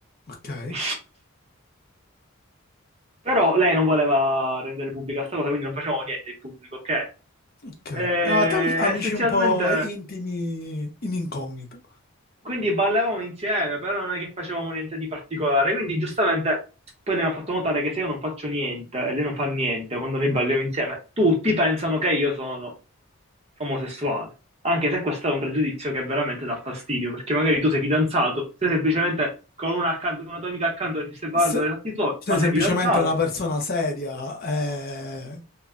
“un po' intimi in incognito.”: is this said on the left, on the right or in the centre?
Left